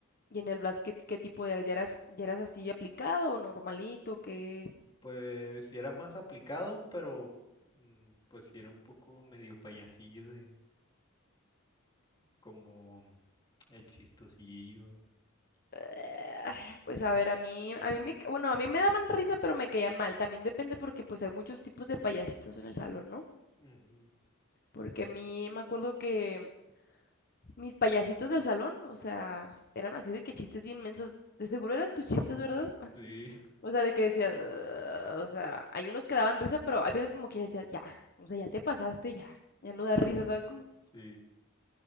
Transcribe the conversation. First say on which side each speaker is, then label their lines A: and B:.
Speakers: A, on the left; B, on the left.
A: ¿Y en el Blast qué, qué tipo de ¿Ya eras, ya eras así aplicado o normalito? ¿Qué?
B: Pues sí era más aplicado, pero mm, pues sí era un poco medio payasillo de como el chistosillo.
A: Eh, Pues a ver, a mí, a mí me, ca- bueno, a mí me daban risa, pero me caían mal. También depende porque pues hay muchos tipos de payasitos en el salón, ¿no?
B: Ujú.
A: Porque a mí me acuerdo que mis payasitos del salón, o sea, eran así de que chistes bien mensos. De seguro eran tus chistes, ¿verdad?
B: Sí,
A: O sea, de que decías, "Ugh", o sea, hay unos que daban risa, pero hay veces como que decías, ya, o sea, ya te pasaste, ya, ya no da risa, ¿sabes cómo?
B: sí.